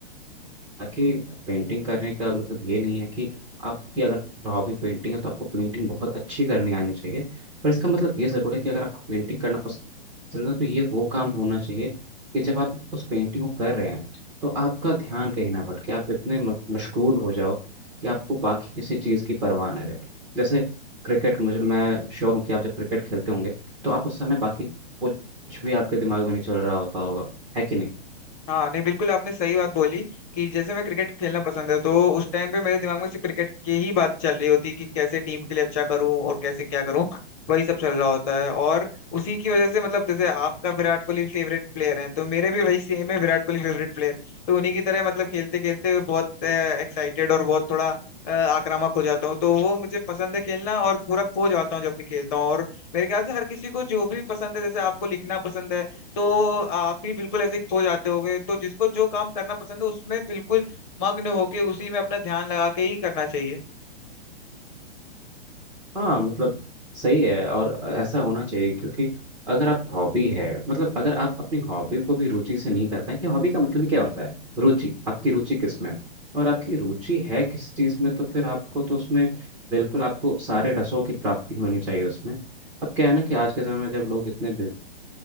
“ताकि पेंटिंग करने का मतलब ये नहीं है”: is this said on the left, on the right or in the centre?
Centre